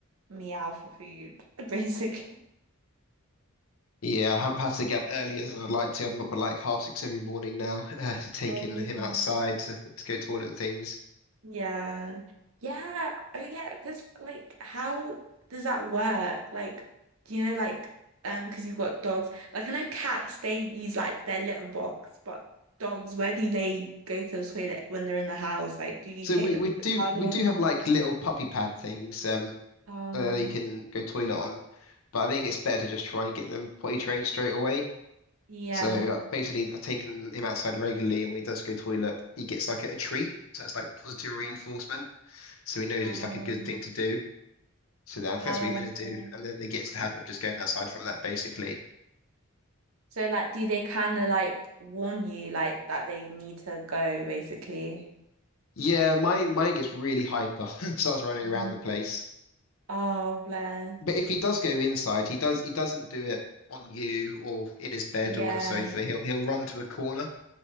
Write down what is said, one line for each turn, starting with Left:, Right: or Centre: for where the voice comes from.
Right: meow for food, <laughs> basically.
Left: Yeah, I haven't passed the gap earlier than I'd like to. I'm up at like half six every morning now, <laughs> uh, to taking
Right: Oh, really?
Left: him outside to, to go toilet and things.
Right: Yeah. Yeah. Oh yeah. Just like how does that work? Like, do you know like um because you've got dogs. Like I know cats they use like their litter box, but dogs, where do they go to the toilet when they're in the house? Like, do you
Left: So
Right: take
Left: we,
Right: them
Left: we
Right: to
Left: do
Right: the garden?
Left: we do have like little puppy pad things um
Right: Oh,
Left: that they can go toilet on, but I think it's better to just try and get them potty trained straight away.
Right: yeah.
Left: So uh, basically, I've taken him outside regularly, and when he does go toilet, he gets like a, a treat. So it's like positive reinforcement. So he knows
Right: Um,
Left: it's like a good thing to do. So that, I think
Right: oh,
Left: that's what we meant to
Right: okay.
Left: do, and then they get into the habit of just going outside from that, basically.
Right: So like do they kind of like warn you like that they need to go basically?
Left: Yeah, my mine gets really hyper, <laughs> starts running
Right: Mm.
Left: around the place.
Right: Oh, bless.
Left: But if he does go inside, he does he doesn't do it on you or in his bed
Right: Yeah.
Left: or on a sofa. He'll he'll run to a corner